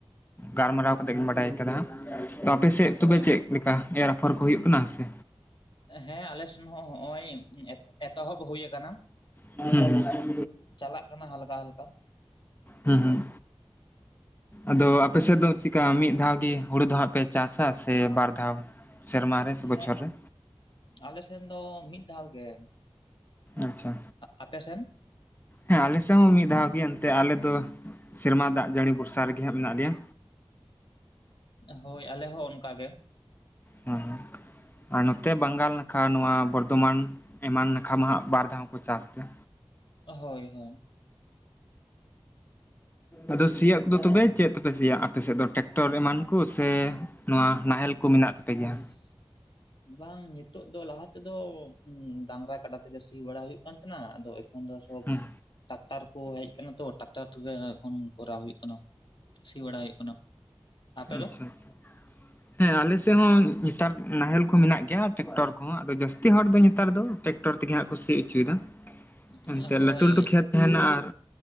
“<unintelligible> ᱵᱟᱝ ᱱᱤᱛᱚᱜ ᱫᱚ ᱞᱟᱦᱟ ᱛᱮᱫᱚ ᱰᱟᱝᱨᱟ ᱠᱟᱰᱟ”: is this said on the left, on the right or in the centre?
Left